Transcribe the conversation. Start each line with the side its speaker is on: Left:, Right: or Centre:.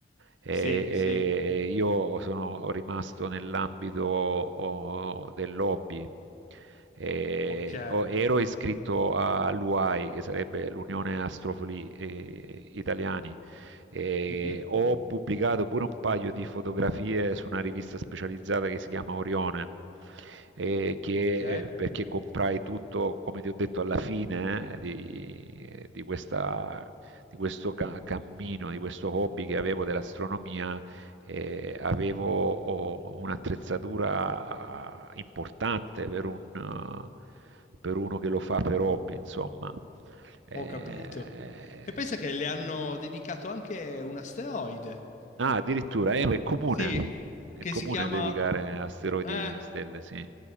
Right: e,
Left: Sì, sì,
Right: e io sono rimasto nell'ambito oh, del lobby. E,
Left: ok.
Right: oh, ero iscritto all'UAI, che sarebbe l'Unione Astrofoli eh, Italiani. E
Left: Mhm,
Right: ho pubblicato pure un paio di fotografie su una rivista specializzata che si chiama Orione. eh, che,
Left: Ok,
Right: eh, perché comprai tutto, come ti ho detto, alla fine eh, di, di questa di questo ca- cammino, di questo hobby che avevo dell'astronomia, eh, avevo oh, un'attrezzatura importante per, un, eh, per uno che lo fa per hobby, insomma. Eh,
Left: ho capito. E pensa che le hanno dedicato anche un asteroide.
Right: ah, addirittura eh, è comune,
Left: Sì,
Right: è
Left: che
Right: comune
Left: si chiama
Right: dedicare asteroidi
Left: eh,
Right: e stelle, sì.